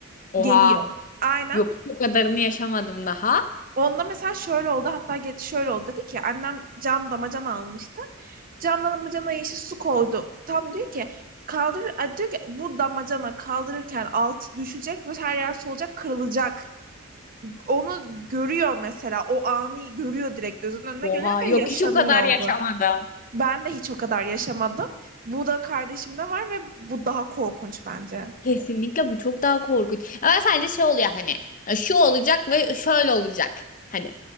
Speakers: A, on the left (about 40°); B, on the right (about 40°).
A: Oha.
B: geliyor. Aynen.
A: Yok hiç o kadarını yaşamadım daha.
B: Onda mesela şöyle oldu hatta ge- şöyle oldu dedi ki annem cam damacana almıştı. Cam damacanaya işte su koydu. Tam diyor ki kaldır diyor ki bu damacana kaldırırken altı düşecek ve her yer solacak kırılacak. onu görüyor mesela. O anı görüyor direkt gözünün önüne
A: Oha.
B: geliyor
A: Yok
B: ve yaşanıyor
A: hiç o kadar yaşamadım.
B: bu. Ben de hiç o kadar yaşamadım. Bu da kardeşimde var ve bu daha korkunç bence.
A: Kesinlikle bu çok daha korkunç. Ama sadece şey oluyor hani. Şu olacak ve şöyle olacak. Hani.